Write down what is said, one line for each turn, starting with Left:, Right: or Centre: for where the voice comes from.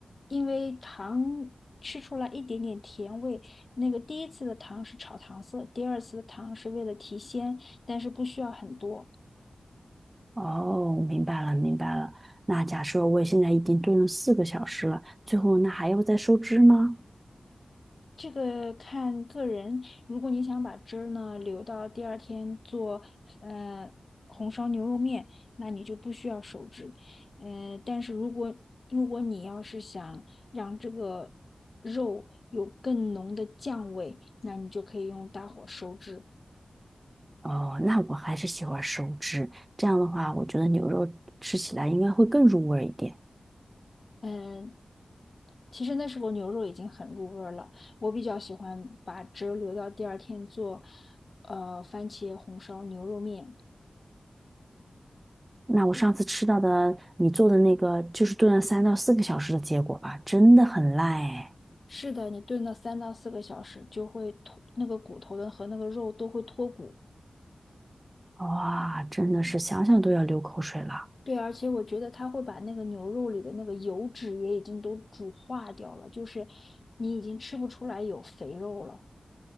Left: 因为糖吃出来一点点甜味。那个第一次的糖是炒糖色，第二次的糖是为了提鲜，但是不需要很多。
Right: 哦，明白了，明白了。那假设我现在已经炖了四个小时了，最后那还要再收汁吗？
Left: 这个看个人，如果你想把汁儿呢留到第二天做呃红烧牛肉面，那你就不需要手汁。嗯、但是如果如果你要是想让这个肉有更浓的酱味，那你就可以用大火收汁。
Right: 哦，那我还是喜欢收汁，这样的话，我觉得牛肉吃起来应该会更入味儿一点。
Left: 嗯、其实那时候牛肉已经很入味儿了，我比较喜欢把汁儿留到第二天做呃番茄红烧牛肉面。
Right: 那我上次吃到的你做的那个，就是炖了三到四个小时的结果啊，真的很烂哎！
Left: 是的，你炖到三到四个小时，就会脱那个骨头的和那个肉都会脱骨。
Right: 哇，真的是想想都要流口水了。
Left: 对，而且我觉得它会把那个牛肉里的那个油脂也已经都煮化掉了，就是你已经吃不出来有肥肉了。